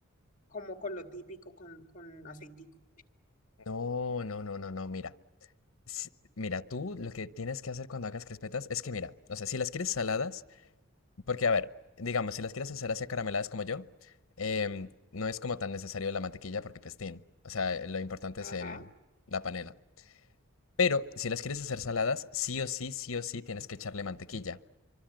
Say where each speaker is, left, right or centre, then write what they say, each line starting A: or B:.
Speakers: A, on the left (about 40°); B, on the left (about 80°).
A: como con lo típico, con, con aceitico.
B: No, no, no, no, no, mira. si- Mira, tú lo que tienes que hacer cuando hagas crispetas es que, mira, o sea, si las quieres saladas, Porque, a ver, digamos, si las quieres hacer así carameladas como yo, em, no es como tan necesario la mantequilla porque pestín. O sea, lo importante
A: Ajá.
B: es el, la panela. Pero si las quieres hacer saladas, sí o sí, sí o sí tienes que echarle mantequilla.